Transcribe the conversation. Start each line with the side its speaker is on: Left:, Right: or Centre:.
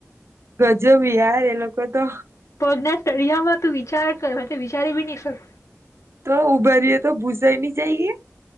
Right: ગજબ યાર એ લોકો તો
Left: પગના તળિયામાં તું, વિચાર કર હ વિચારી બી નહી શક
Right: તો ઉભારીએે તો ભૂસાઈ નહી જાયએ